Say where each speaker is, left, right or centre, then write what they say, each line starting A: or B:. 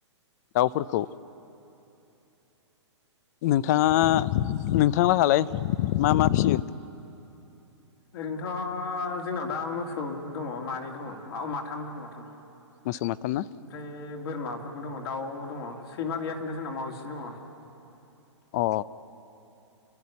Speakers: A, on the left; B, on the left.
A: दाउफोरखौ नोंथाङा नों थां लाहालाय मा मा फिसियो?
B: ओरैनोथ' जोंनाव दा मोसौ दङ मानै दङ औ माथाम दङ माथाम
A: मोसौ माथाम ना
B: ओमफ्राय बोरमाफोरबो दङ दाउ दङ। सैमा गैया खिन्थु जोंनाव मावजिसो दङ।
A: अ